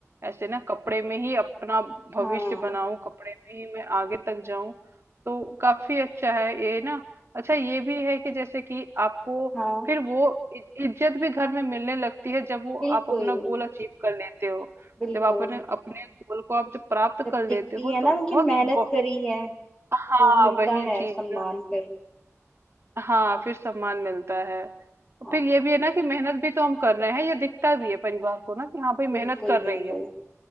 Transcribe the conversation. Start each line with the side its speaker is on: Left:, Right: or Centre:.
Right: ऐसे ना कपड़े में ही अपना भविष्य
Left: हाँ
Right: बनाऊं कपड़े में ही मैं आगे तक जाऊं तो काफी अच्छा है ये ना अच्छा ये भी है कि जैसे कि आपको
Left: हाँ
Right: फिर वो इ- इज्जत भी घर में मिलने लगती है जब वो
Left: बिल्कुल
Right: आप अपना गोल अचीव कर लेते हो
Left: बिल्कुल
Right: जब आप अपने अपने गोल को आप जब प्राप्त
Left: जब
Right: कर
Left: दिखती
Right: लेते हो
Left: है
Right: तो
Left: ना कि
Right: बहुत,
Left: मेहनत
Right: बहुत
Left: करी है
Right: हाँ
Left: तो मिलता
Right: वही
Left: है
Right: चीज
Left: सम्मान फिर
Right: हाँ फिर सम्मान मिलता है और
Left: हाँ
Right: फिर ये भी है ना कि मेहनत भी तो हम कर रहे हैं ये दिखता भी है परिवार को ना कि हाँ भाई
Left: बिल्कुल
Right: मेहनत कर
Left: बिल्कुल
Right: रही है वो